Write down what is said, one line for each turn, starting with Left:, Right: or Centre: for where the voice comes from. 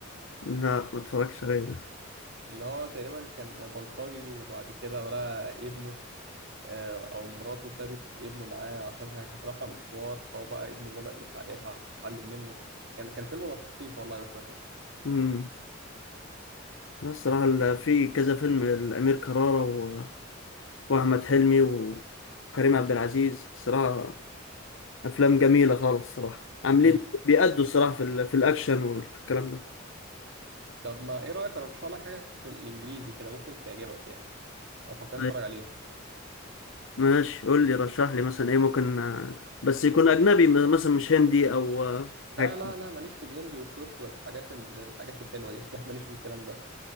Left: لا ما اتفرجتش عليه ده
Right: اللي هو تقريبا كان بلطجي وبعد كده بقى ابنه آه، او مراته سابت ابنه معاه عشان هي كانت رايحه مشوار فهو بقى ابنه بدأ يتع- يتعلم منه كان كان فيلم لطيف والله مش وحش
Left: امم لا الصراحه ال- في كذا فيلم الامير كرارة و... واحمد حلمي وكريم عبد العزيز صراحه افلام جميله خالص صراحه عاملين
Right: مم.
Left: بيأدوا الصراحه في, ال... في الاكشن والكلام ده
Right: طب ما ايه رأيك ارشح لك حاجة في الانجليزي كده ممكن تعجبك يعني لو فكرت
Left: طيب،
Right: تتفرج عليها
Left: ماشي قول لي رشح لي مثلا ايه ممكن آه، بس يكون اجنبي م- مثلا مش هندي او آه،
Right: لا
Left: حاجه
Right: لا لا ماليش في الهندي والتركي والحاجات ال- الحاجات الحلوة دي <laughs> لا ماليش في الكلام ده